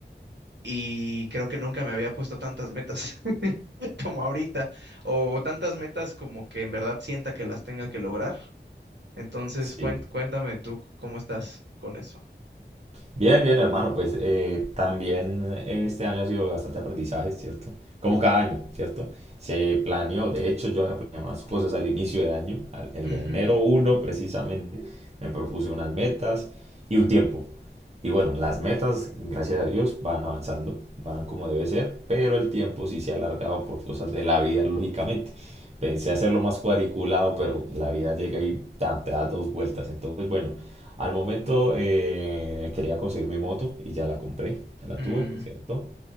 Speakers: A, on the right; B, on the right.
A: y creo que nunca me había puesto tantas metas <laughs> como ahorita, o tantas metas como que en verdad sienta que las tenga que lograr. Entonces,
B: sí.
A: cuen- cuéntame tú cómo estás con eso.
B: Bien, bien hermano, pues eh, también este año ha sido bastante aprendizaje, ¿cierto? Como cada año, ¿cierto? Se planeó, de hecho yo había planeado unas cosas al inicio de año, al- el
A: Ujú,
B: enero 1 precisamente, me propuse unas metas y un tiempo. Y bueno, las metas, gracias a Dios, van avanzando, van como debe ser, pero el tiempo sí se ha alargado por cosas de la vida, lógicamente. Pensé hacerlo más cuadriculado, pero la vida llega y tan, te da dos vueltas. Entonces, bueno, al momento eh, quería conseguir mi moto y ya la compré, ya la
A: mm,
B: tuve, ¿cierto?